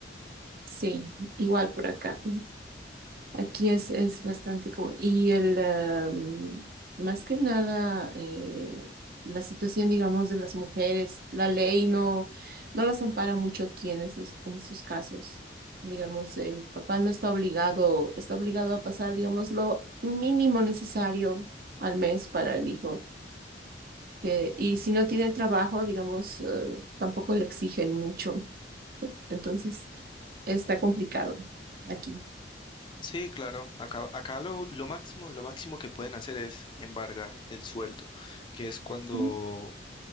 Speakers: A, on the right; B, on the left.
A: Sí, igual por acá. Aquí es, es bastante común. Y el, am, más que nada, eh, la situación, digamos, de las mujeres, la ley no, no las ampara mucho aquí en esos, en esos casos. Digamos, el papá no está obligado, está obligado a pasar, digamos, lo mínimo necesario al mes para el hijo. Que, y si no tiene trabajo, digamos, eh, tampoco le exigen mucho. Entonces, está complicado aquí.
B: Sí, claro. Acá, acá lo, lo máximo, lo máximo que pueden hacer es embargar el sueldo, que es cuando,
A: Mm,